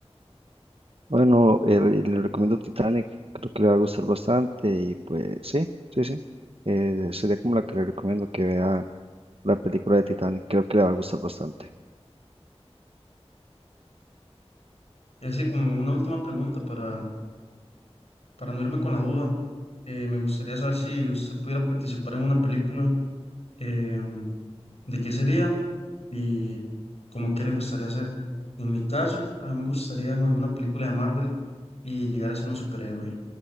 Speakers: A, on the right; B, on the left.
A: Bueno, eh, le le recomiendo Titanic, creo que le va a gustar bastante y pues sí, sí, sí. Eh, sería como la que le recomiendo que vea la película de Titanic, creo que le va a gustar bastante.
B: Y así como una última pregunta para Para no irme con la duda, eh, me gustaría saber si usted pudiera participar en una película, em, ¿de qué sería y como qué le gustaría hacer? En mi caso, a mí me gustaría en alguna película de Marvel y llegar a ser un superhéroe,